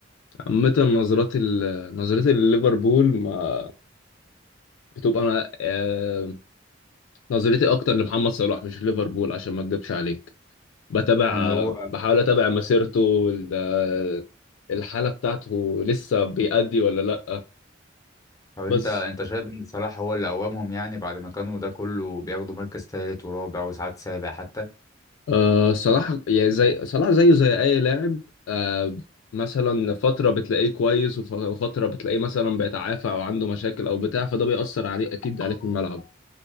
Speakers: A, on the left; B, on the left.
A: عامه نظرات ال- نظرتي لليفربول ما بتبقى انا آه، نظرتي اكتر لمحمد صلاح مش ليفربول عشان ما اكدبش عليك بتابع
B: يعني
A: آه،
B: هو
A: بحاول اتابع مسيرته ال- آه، الحاله بتاعته لسه بيأدي ولا لا
B: طب أنت
A: بس
B: أنت شايف إن صلاح هو اللي قومهم يعني بعد ما كانوا ده كله بياخدوا مركز تالت ورابع وساعات سابع حتى؟
A: أه صلاح يعني زي صلاح زيه زي أي لاعب أه مثلا فترة بتلاقيه كويس وف- وفترة بتلاقيه مثلا بيتعافى أو عنده مشاكل أو بتاع فده بيأثر عليه أكيد عليه في الملعب